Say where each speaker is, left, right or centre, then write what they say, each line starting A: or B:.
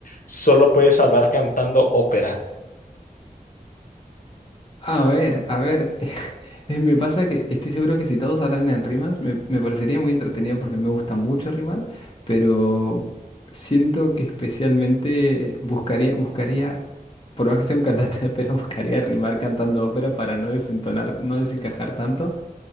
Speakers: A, on the left; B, on the left.
A: solo puedes hablar cantando ópera.
B: A ver, a ver, <laughs> eh, me pasa que estoy seguro que si todos hablaran en rimas, me, me parecería muy entretenido porque me gusta mucho rimar, pero siento que especialmente buscaría, buscaría, por más que sea un cantante de ópera, <laughs> buscaría rimar cantando ópera para no desentonar, no desencajar tanto.